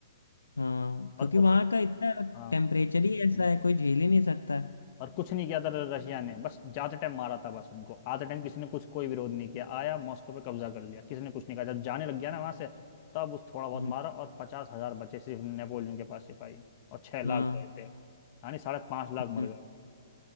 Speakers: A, on the left (about 80°); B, on the left (about 35°).
A: हाँ क्योंकि
B: और कुछ
A: वहां का इतना
B: हाँ
A: टेम्परेचर ही ऐसा
B: हाँ,
A: है कोई झेल ही नहीं सकता
B: हाँ। और कुछ नहीं किया था रशिया ने बस जाते टाइम मारा था बस उनको आते टाइम किसी ने कुछ कोई विरोध नहीं किया आया मॉस्को पे कब्जा कर लिया किसी ने कुछ नहीं कहा जब जाने लग गया ना वहां से तब उस थोड़ा बहुत
A: हम्म।
B: मारा और पचास हजार बचे सिर्फ नेपोलियन के पास सिपाही और छह लाख
A: हाँ
B: गए थे यानी साढ़े पांच लाख
A: हम्म
B: मर गए